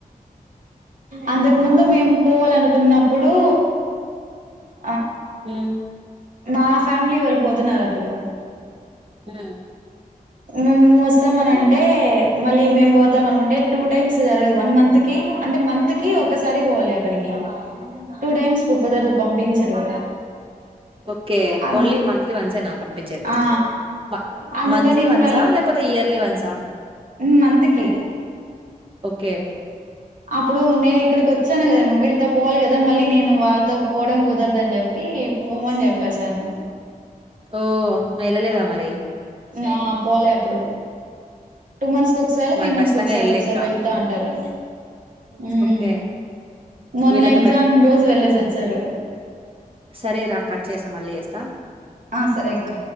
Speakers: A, on the right; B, on the right.
A: అంతకు ముందు మేము పోవాలనుకున్నప్పుడూ ఆ
B: మ్
A: మా ఫ్యామిలీ వాళ్ళు పోతున్నారు అప్పుడు
B: మ్మ్
A: నువ్వొస్త వస్తాం అని అంటే మళ్ళీ మేం పోతాం అనుకుంటే టూ టైమ్స్ జరగదు వన్ మంత్ కి అంటే మంత్ కి ఒక్కసారి పోలే అక్కడికి టూ టైమ్స్ కుదరదు పంపించరు
B: ఓకే
A: అ
B: ఓన్లీ మంత్లీ వన్సేనా పంపించేది
A: ఆ
B: మ
A: అందుకని
B: మంత్లీ వన్సా
A: మళ్ళీ
B: లేకపోతే ఇయర్లీ వన్స్
A: మంత్ కి
B: ఓకే
A: అప్పుడు నేను ఇక్కడికి వచ్చాను కదా వీళ్ళతో పోవాలి కదా మళ్ళీ నేను వాళ్ళతో పోవడం కుదరదని చెప్పి పోమని చెప్పేసాను
B: ఓ వెళ్ళలేదా మరి
A: నా పోలే అప్పుడు టూ మంత్స్ కి ఒకసారి త్రీ
B: మరి
A: మంత్స్
B: ఖచ్చితంగా
A: కి ఒకసారి
B: వెళ్ళు
A: ఒకసారి
B: ఇంకా
A: వెళ్తా ఉంటారు. మ్
B: ఓకే
A: మొన్న
B: వీళ్ళతో
A: ఎగ్జామ్ రోజు వెళ్లేేసి వచ్చారు
B: సరేరా కట్ చేస్తా మళ్ళీ చేస్తా
A: ఆ సరే అక్క